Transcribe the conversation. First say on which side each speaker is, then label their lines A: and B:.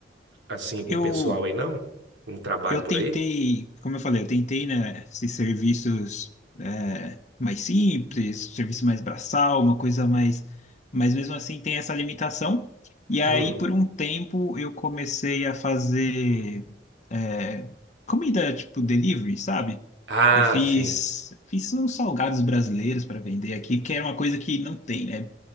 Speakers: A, on the right (about 85°); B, on the left (about 40°).
A: assim com
B: Eu,
A: o pessoal aí não? Um trabalho
B: eu
A: por
B: tentei,
A: aí?
B: como eu falei, eu tentei, né, esses serviços é, mais simples, serviço mais braçal, uma coisa mais, mas mesmo assim tem essa limitação. E aí,
A: Hum.
B: por um tempo, eu comecei a fazer é, comida tipo delivery, sabe?
A: Ah,
B: Eu fiz,
A: sim.
B: fiz uns salgados brasileiros para vender aqui, que era uma coisa que não tem, né?